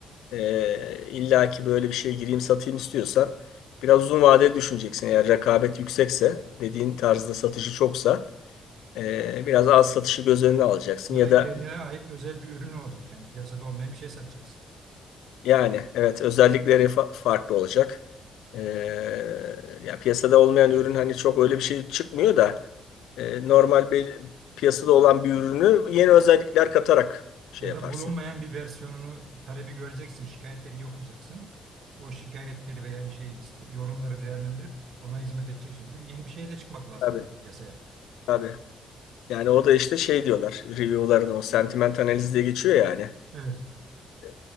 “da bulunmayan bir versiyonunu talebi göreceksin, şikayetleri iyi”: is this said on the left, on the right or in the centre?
Right